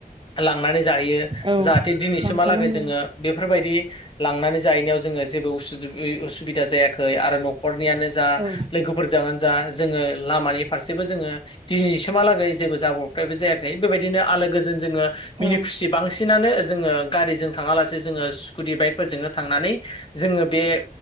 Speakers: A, on the left; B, on the right.
A: लांनानै जाहैयो
B: औ
A: जाहाथे दिनैसिमहालागै
B: लांखानांगौ
A: जोङो बेफोरबायदि लांनानै जाहैनायाव जोङो जेबो उसुजुबइ उसुबिदा जायाखै आरो नख खरनियानो जा
B: औ
A: लोगोफोरजोंआनो जा जोङो लामानि फारसेबो जोङो दिनैसिमहालागै जेबो जाब्रबथायबो जायाखै बेबायदिनो आलो गोजोन जोङो मिनि
B: औ
A: खुसि बांसिनानो जोङो गारिजों थाङालासे जोङो स्कुटि बाइकफोरजोंनो थांनानै जोङो बे